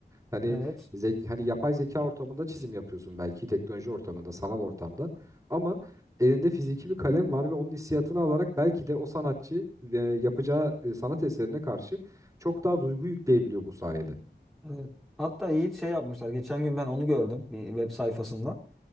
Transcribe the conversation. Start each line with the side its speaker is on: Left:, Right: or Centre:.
Right: Hani
Centre: Evet.
Right: zek hani yapay zeka ortamında çizim yapıyorsun belki teknoloji ortamında, sanal ortamda. Ama elinde fiziki bir kalem var ve onun hissiyatını alarak belki de o sanatçı e, yapacağı e, sanat eserine karşı çok daha duygu yükleyebiliyor bu sayede.
Centre: Evet. Hatta Yiğit şey yapmışlar. Geçen gün ben onu gördüm bir web sayfasında.